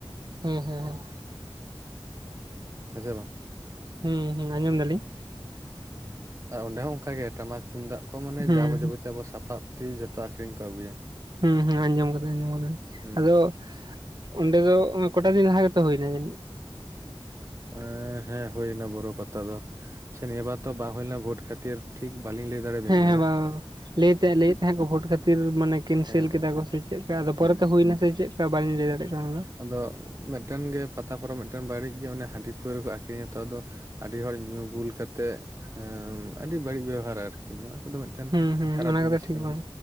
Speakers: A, on the right (about 50°); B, on the right (about 35°).
A: ᱦᱮᱸ ᱦᱮᱸ ᱦᱮᱸ᱾
B: ᱦᱮᱸᱥᱮ ᱵᱟᱝ
A: ᱦᱩᱸ ᱦᱩᱸ ᱟᱸᱡᱚᱢ ᱫᱟᱞᱤᱧ
B: ᱟᱸ ᱚᱸᱰᱮ ᱦᱚᱸ ᱚᱱᱠᱟ ᱜᱮ ᱴᱟᱢᱟᱠ ᱛᱩᱢᱫᱟᱜ ᱠᱚ ᱢᱟᱱᱮ
A: ᱦᱩᱸ
B: ᱡᱟᱵᱚ ᱡᱟᱵᱚᱛᱤᱭ ᱟᱵᱚ ᱥᱟᱯᱟᱵ ᱛᱤᱥ ᱡᱷᱚᱛᱚ ᱟᱠᱷᱨᱤᱧ ᱠᱚ ᱟᱹᱜᱩᱭᱟ?
A: ᱦᱩᱸ ᱦᱩᱸ ᱟᱸᱡᱚᱢ ᱟᱠᱟᱫᱟᱟᱹᱧ ᱟᱸᱡᱚᱢ ᱟᱠᱟᱫᱟᱹᱧ,
B: ᱦᱩᱸ
A: ᱟᱫᱚ ᱚᱸᱰᱮ ᱫᱚ ᱠᱚᱳᱟ ᱫᱤᱱ ᱞᱟᱦᱟ ᱜᱮᱛᱚ ᱦᱩᱭᱱᱟ ᱡᱟᱹᱱᱤᱡ᱾
B: ᱮ ᱦᱮᱸ ᱦᱩᱭᱱᱟ ᱵᱚᱨᱚ ᱯᱟᱛᱟ ᱫᱚ᱾ ᱥᱮ ᱱᱤᱭᱮ ᱵᱟᱨ ᱛᱚ ᱵᱟᱝ ᱦᱩᱭᱞᱮᱱᱟ ᱵᱷᱳᱴ ᱠᱷᱟᱹᱛᱤᱨ ᱴᱷᱤᱠ ᱵᱞᱝ ᱞᱤᱧ ᱞᱟᱹᱭ ᱫᱟᱲᱮᱭᱟᱵᱤᱱ
A: ᱦᱮᱸ
B: ᱠᱟᱱᱟ
A: ᱦᱮᱸ ᱵᱟᱝ ᱞᱟᱹᱭ ᱞᱟᱹᱭᱮᱫ ᱛᱟᱦᱮᱸᱫ ᱠᱚ ᱵᱷᱳᱴ ᱠᱷᱟᱹᱛᱤᱨ ᱢᱟᱱᱮ ᱠᱮᱱᱥᱮᱞ
B: ᱦᱮᱸ
A: ᱠᱮᱫᱟ
B: ᱦᱮᱸ
A: ᱠᱚ ᱥᱮ ᱪᱮᱫ ᱞᱮᱠᱟ ᱟᱫᱚ
B: ᱦᱩᱸ
A: ᱯᱚᱨᱮᱛᱮ ᱦᱩᱭᱱᱟ ᱥᱮ ᱪᱮᱫ᱾ ᱵᱟᱹᱞᱤᱧ ᱞᱟᱹᱭ ᱫᱟᱲᱮᱭᱟᱜ ᱠᱟᱱᱟ ᱚᱱᱟ ᱫᱚ᱾
B: ᱟᱫᱚ ᱢᱤᱫᱴᱮᱱ ᱜᱮ ᱯᱟᱛᱟ ᱯᱚᱨᱚᱵ ᱴᱮᱱ ᱵᱟᱹᱲᱤᱡ ᱜᱮ ᱦᱟᱺᱰᱤ ᱯᱟᱹᱣᱨᱟᱹᱠᱚ ᱟᱠᱷᱨᱤᱧᱟ ᱛᱚ᱾ ᱟᱹᱰᱤ ᱦᱚᱲ ᱧᱩ ᱵᱩᱞ ᱠᱟᱛᱮᱜ, ᱦᱮᱸ ᱟᱹᱰᱤ ᱵᱟᱹᱲᱤᱡ ᱵᱮᱵᱚᱦᱟᱨᱟ ᱟᱨᱠᱤ ᱱᱚᱣᱟ ᱠᱚᱫᱚ ᱢᱤᱫᱴᱮᱱ
A: ᱦᱩᱸ ᱦᱩᱸ
B: ᱠᱷᱟᱨᱟᱯ
A: ᱚᱱᱟ
B: ᱡᱤᱱᱤᱥ
A: ᱠᱚᱫᱚ ᱴᱷᱤᱠ
B: ᱠᱟᱱᱟ
A: ᱵᱟᱝ